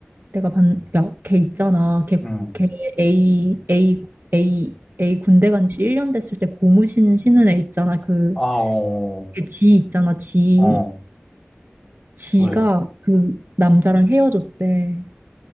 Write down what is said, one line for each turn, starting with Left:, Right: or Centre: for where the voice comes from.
Right: 내가 반, 야, 걔 있잖아. 걔,
Centre: 음.
Right: 걔 A, A, A, A 군대 간지 1년 됐을 때 고무신 신은 애 있잖아. 그,
Centre: 아, 어,
Right: 걔지 있잖아. 지.
Centre: 어,
Right: 지가
Centre: 왜?
Right: 그 남자랑 헤어졌대.